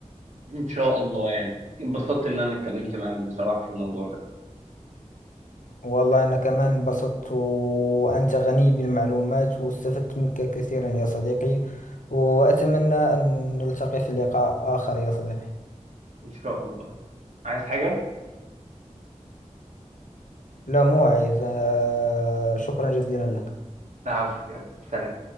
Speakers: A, on the right; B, on the left.
A: ان شاء الله يعني اتبسطت ان انا اتكلمت معاك بصراحة في الموضوع ده
B: والله أنا كمان انبسطت وأنت غني بالمعلومات واستفدت منك كثيرا يا صديقي وأتمنى أن نلتقي في لقاء آخر يا صديقي
A: ان شاء الله عايز حاجة؟
B: لا موعظ آه، شكرا جزيلا لك
A: العفو يلا سلام